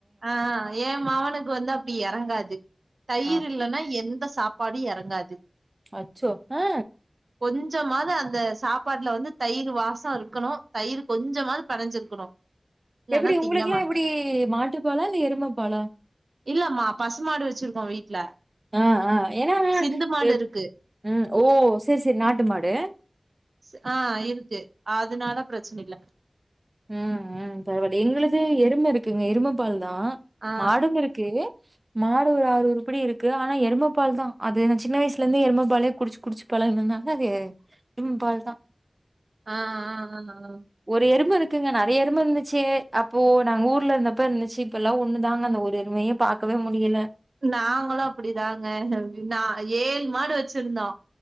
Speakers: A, on the right (about 80°); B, on the right (about 40°).
A: ஆ எ மவனுக்கு வந்து அப்டி எறங்காது தயிர்
B: ஆ
A: இல்லனா எந்த சாப் பாடு எறங்காது
B: அச்சோ அ
A: கொஞ்சமாது அந்த சாப்பாட்ல வந்துத் தயிரு வாசோ இருக்கணு தயிரு கொஞ்சமாது பெனஞ்சிருக்கணு இல்லன்னா
B: எப்டி உங்ளுக்குலா
A: திங்க மாட்
B: எப்டி மாட்டுப்பாலா இல்ல எருமப்பாலா
A: இல்லம்மா பசுமாடு வச்சிருக்கோ வீட்ல
B: ஆ ஆ ஏனா
A: சிந்து மாடு
B: ப்
A: இருக்கு
B: ம் ஓ சேரி சேரி நாட்டு மாடு
A: ச் ஆ இருத்து அதனால பிரச்சன இல்ல
B: ம் ம் பரவால எங்ளுது எரும இருக்குங்க எருமப்பால்தா
A: ஆ
B: மாடும் இருக்கு மாடு ஒரு ஆறு வுறுப்பிடி இருக்கு ஆனா எரும பால்தா அது நா சின்ன வயசலிந்தே எருமப்பாலே குடிச்சு குடிச்சு பழகுணனால அது எருமபால் தா
A: ஆ ஆ ஆ ஆ
B: ஒரு எரும்பு இருக்குங்க நறையா எருபு இருந்துச்சு அப்போ நாங்க ஊர்ல இருந்தப்போ இருந்துச்சு இப்ப எல்லா ஒண்ணு தாங்க அந்த ஒரு எரும்பையே பாக்கவே முடியல
A: நாங்களு அப்படிதாங்க நா ஏழ மாடு வச்சிருந்தோ